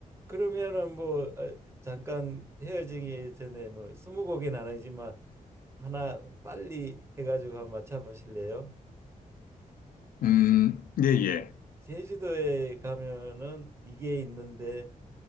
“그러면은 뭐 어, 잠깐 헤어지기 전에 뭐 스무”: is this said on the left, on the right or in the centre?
Right